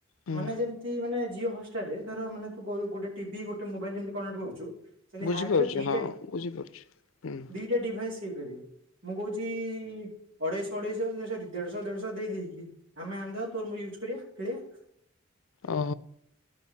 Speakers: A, on the left; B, on the right.
A: ହୁଁ
B: ମାନେ, ଯେମିତି ମାନେ ଜିଓ ହସ୍ ଷ୍ଟାର ମାନେ ତୁ ଗୋଟେ ଟିଭି ଗୋଟେ ମୋବାଇଲ ଯେମିତି କନେକ୍ଟ କରୁଚୁ, ସେମତି
A: ବୁଝିପାରୁଛି
B: ହ୍ୟାକରେ ଦିଟା
A: ହଁ ବୁଝିପାରୁଛି। ହୁଁ ହୁଁ
B: ଦିଟା ଡିଭାଇସ୍ ହେଇପାରିବ। ମୁଁ କହୁଚି ଅଢେଇଶହ ଅଢେଇଶହ ୟେ ସରି ଦେଢଶହ ଦେଢଶହ ଦେଇ ଦେଇକି ଆମେ ଆଣିଦବା, ତୋର ମୋର ୟୁଜ୍ କରିବା, ଖେଳିବା।
A: ଆ